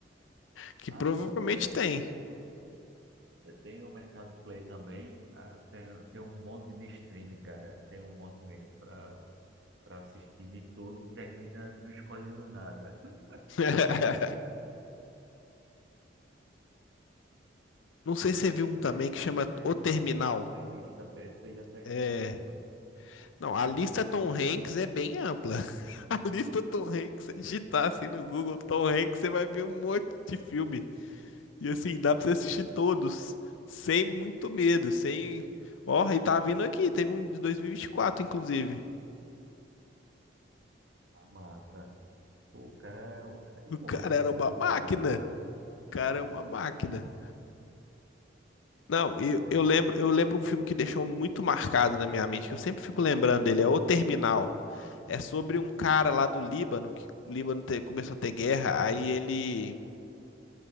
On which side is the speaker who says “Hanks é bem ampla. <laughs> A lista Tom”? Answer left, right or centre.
Left